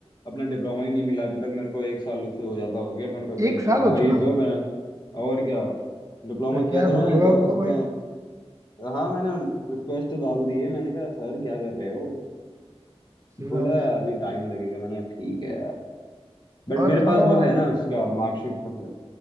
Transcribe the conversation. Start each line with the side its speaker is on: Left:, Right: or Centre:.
Left: अपना डिप्लोमा ही नहीं मिला अभी तक मेरे को एक साल से हो ज्यादा हो गया मेरे को अभी
Right: एक साल
Left: तक
Right: हो
Left: वही
Right: चुका
Left: तो मैं और क्या डिप्लोमा
Right: फिर
Left: किया
Right: तो यार
Left: था मैंने
Right: बोलो यार
Left: तो
Right: उनको
Left: उसमें
Right: भाई
Left: हाँ मैंने रिक्वेस्ट डाल दी है मैंने कहा सर क्या कर रहे हो
Right: सही
Left: बोला
Right: बात है यार
Left: अभी टाइम लगेगा मैंने कहा, ठीक है यार बट
Right: और
Left: मेरे
Right: तुम्हारा
Left: पास वो
Right: वो-
Left: है ना उसका मार्कशीट तो है